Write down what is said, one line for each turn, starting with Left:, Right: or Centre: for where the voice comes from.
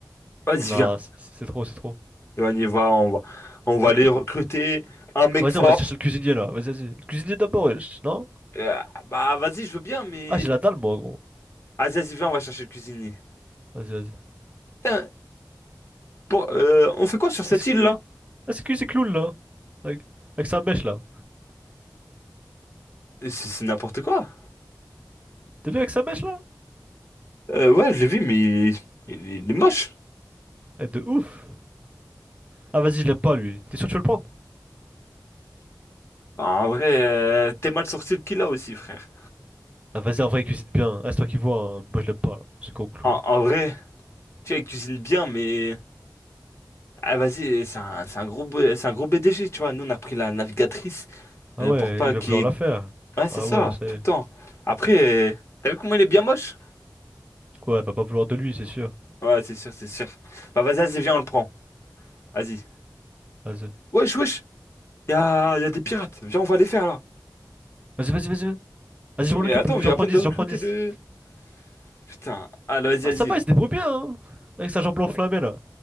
Left: Vas-y,
Right: Non,
Left: viens.
Right: c'est c'est trop, c'est trop.
Left: Et on y va, on va, on va
Right: Mais-
Left: aller recruter un mec
Right: Vas-y,
Left: fort.
Right: on va chercher le cuisinier là. Vas-y, vas-y. Le cuisinier d'abord, wesh. non?
Left: Euh, bah, vas-y, je veux bien, mais.
Right: Ah, j'ai la dalle, moi, gros.
Left: Vas-y, vas-y, viens, on va chercher le cuisinier.
Right: Vas-y, vas-y.
Left: Putain, pour, euh, on fait quoi sur cette
Right: Est-ce que
Left: île
Right: lui.
Left: là?
Right: Est-ce que lui, c'est clown là? Avec, avec sa mèche là.
Left: C'est c'est n'importe quoi.
Right: T'as vu avec sa mèche là?
Left: Euh, ouais, je l'ai vu, mais il est, il est- il est moche.
Right: Eh, de ouf! Ah vas-y, je l'aime pas lui. T'es sûr que tu veux le prendre?
Left: En vrai, euh, t'es mal sorti le qu'il a aussi, frère.
Right: Ah vas-y, en vrai, il cuisine bien. Ah, c'est toi qui vois, hein. Moi je l'aime pas là. Ce con clown.
Left: En, en vrai, tu vois, il cuisine bien, mais... Ah, vas-y, c'est un, c'est un gros, bo- c'est un gros B D G tu vois. Nous, on a pris la navigatrice
Right: Ah
Left: euh,
Right: ouais,
Left: pour pas
Right: il va
Left: qu'il...
Right: vouloir
Left: y ait-
Right: la faire.
Left: Ouais, c'est
Right: Ah
Left: ça,
Right: ouais, c'est.
Left: tout le temps. Après, euh, t'as vu comment il est bien moche?
Right: Ouais, elle va pas vouloir de lui, c'est sûr.
Left: Ouais, c'est sûr, c'est sûr. Bah, vas-y, vas-y, viens, on le prend. Vas-y.
Right: Vas-y.
Left: Wesh, wesh, y a, y a des pirates. Viens, on va les faire, là.
Right: Vas-y, vas-y, vas-y. Vas-y,
Left: Si,
Right: je m'en
Left: mais
Right: occupe.
Left: attends, on vient
Right: J'en
Left: à
Right: prends
Left: peine
Right: dix
Left: de recruter
Right: j'en prends dix
Left: le... Putain, allez,
Right: Ah
Left: vas-y,
Right: ça va, il se débrouille bien, hein. Avec sa jambe enflammée là.